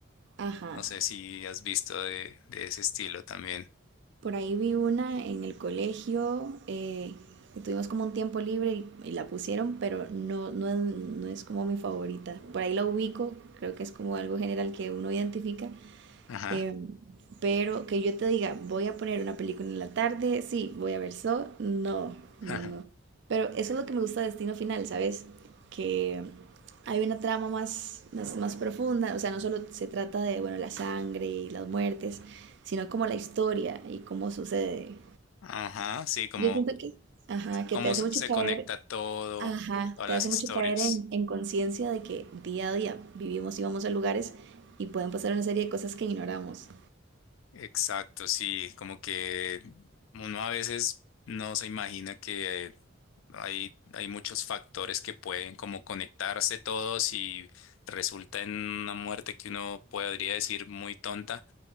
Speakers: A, on the right; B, on the left.
A: Ajá.
B: no sé si has visto de, de ese estilo también.
A: Por ahí vi una en el colegio, eh, que tuvimos como un tiempo libre y, y la pusieron, pero no, no es, no es como mi favorita. Por ahí la ubico, creo que es como algo general que uno identifica,
B: Ajá.
A: Em, pero que yo te diga, voy a poner una película en la tarde, sí, voy a ver Saw, no,
B: <laughs>
A: no, no. Pero eso es lo que me gusta de Destino Final, ¿sabes? Que hay una trama más, más, más profunda, o sea, no solo se trata de, bueno, la sangre y las muertes, sino como la historia y cómo sucede.
B: Ajá, sí, como
A: Yo siento que, ajá, que
B: cómo
A: te hace
B: se
A: mucho
B: se
A: caer,
B: conecta todo,
A: ajá,
B: todas
A: te
B: las
A: hace
B: historias.
A: mucho caer en, en conciencia de que día a día vivimos y vamos a lugares y pueden pasar una serie de cosas que ignoramos.
B: Exacto, sí, como que uno a veces no se imagina que Hay, hay muchos factores que pueden como conectarse todos y resulta en una muerte que uno podría decir muy tonta.